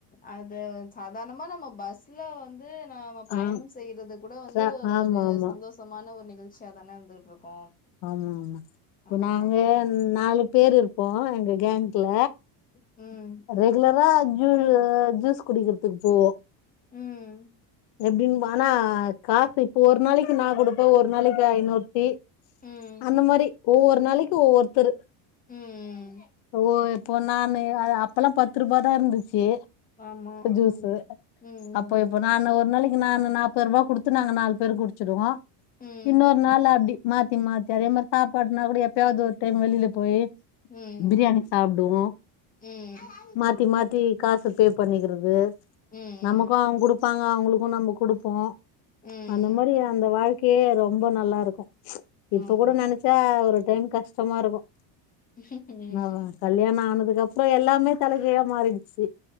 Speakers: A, on the left (about 15°); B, on the left (about 50°).
A: அது சாதாரணமா நம்ம பஸ்ல வந் து நாம பயணம்
B: ஆ
A: செய்யறது கூட வந்து
B: ர ஆமா
A: ஒரு
B: ஆமா
A: சந்தோ ஷமான ஒரு நிகழ்ச்சியா தானே இருந்துட்டு இருக்கு
B: ஆமா ஆமா இப்ப
A: ஆமா
B: நாங்க நாலு பேர் இருப்போ எங்க கேங்க்ல
A: ம்
B: ரெகுலரா ஜு ஜூஸ் குடிக்கிறதுக்கு போவோ
A: ம்
B: எப்படின்னு ஆனா காசு இப்ப ஒரு நாளைக்கு நா குடுப்பே ஒரு நாளைக்கு ஐநூறொருத்தி
A: ம் ம்
B: அந்த மாரி ஒவ்வொரு நாளைக்கு ஒவ்வொருத்தரு
A: ம்
B: ஓ இப்போ நானு அது அப்பல்லா பத்து ரூபாதா இருந்துச்சு
A: ஆமா
B: ஜூஸ்சு
A: ம் ம்
B: அப்போப் இப்ப நான்னு ஒரு நாளைக்கு நான்னு நாற்பது ரூபா குடுத்து நாங்க நாலு பேர் குடிச்சிடுவோ
A: ம்
B: இன்னொரு நாள் அப்டி மாத்தி மாத்தி அதே மாரி சாப்பாடுனா கூட எப்பயாவது ஒரு டைம் வெளியில போய்
A: ம் ம்
B: பிரியாணி சாப்டுவோ
A: ம்
B: மாத்தி மாத்தி காசு பே பண்ணிக்கிறது
A: ம்
B: நமக்கு அவங்க குடுப்பாங்க அவங்களுக்கு நம்ம குடுப்போ
A: ம்
B: அந்த மாதிரி அந்த வாழ்க்கையே ரொம்ப நல்லாருக்கு இப்ப
A: ஆமா
B: கூட நெனைச் சா ஒரு டைம் கஷ்டமா இருக்கு
A: ம்
B: என்னாவா கல்யாணோ ஆனதுக்கப் ற எல்லாமே தலகீழா மாறிடுச்சு